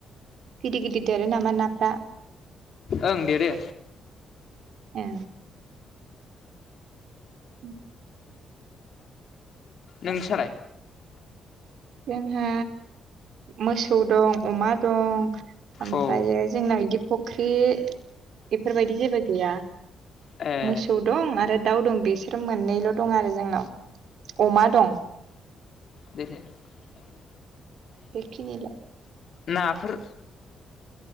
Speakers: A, on the right; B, on the left.
A: गिदिर गिदिर देरो नामा नाफ्रा
B: ओं देरो
A: ए उ <inaudible> <unintelligible>
B: नोंस्रालाय
A: जोंहा मोसौ दं अमा दं ओमफ्रायो
B: औ
A: जोंना बिदि फुख्रि बेफोरबायदि जेबो गैया
B: ए
A: मोसौ दं आरो दाउ दं बेसोर मोननैल' दं आरो जोंनाव अमा दं
B: दखो <inaudible> <unintelligible>
A: बेखिनि ल
B: ना फोर